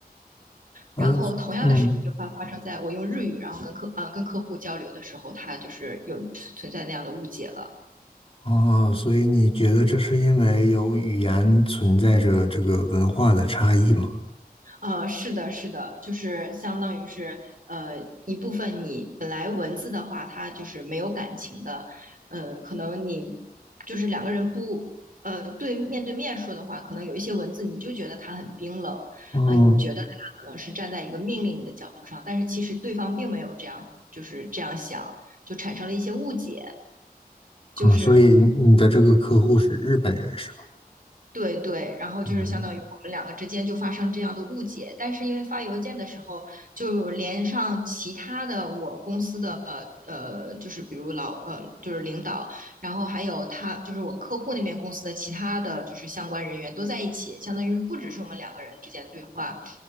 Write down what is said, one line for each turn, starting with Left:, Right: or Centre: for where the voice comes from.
Left: 嗯嗯，
Right: 然后同样的事情就发发生在我用日语，然后跟客嗯、呃跟客户交流的时候，他就是有存在那样的误解了。
Left: 哦，所以你觉得这是因为有语言存在着这个文化的差异吗？
Right: 呃，是的，是的，就是相当于是呃一部分你本来文字的话，它就是没有感情的，嗯、可能你就是两个人不呃对面对面说的话，可能有一些文字你就觉得它很冰冷，
Left: 嗯
Right: 呃，你觉得它可能是站在一个命令你的角度上，但是其实对方并没有这样，就是这样想，就产生了一些误解，就是。
Left: 嗯，所以你的这个客户是日本人是吧？
Right: 对对，然后就是相当于我们两个之间就发生这样的误解，
Left: 嗯
Right: 但是因为发邮件的时候，就连上其他的我公司的呃，就是比如老呃，就是领导，然后还有他就是我客户那边公司的其他的就是相关人员都在一起，相当于是不只是我们两个人之间的对话，